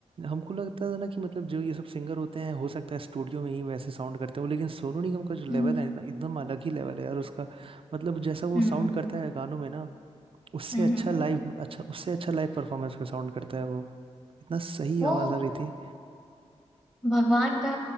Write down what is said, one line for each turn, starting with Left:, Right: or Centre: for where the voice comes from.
Right: हमको लगता था ना कि मतलब जो ये सब सिंगर होते हैं हो सकता है स्टूडियो में ही वैसे साउंड करते हो लेकिन सोनू निगम का जो लेवल
Left: हम्म
Right: है ना, एकदम अलग ही लेवल है यार उसका मतलब जैसा वो
Left: हम्म
Right: साउंड करता है गानों में ना उससे
Left: हम्म
Right: अच्छा
Left: हम्म।
Right: लाइव अच्छा उससे अच्छा लाइव परफॉर्मेंस में साउंड करता है वो इतना सही
Left: वो
Right: आवाज आ रही थी
Left: भगवान का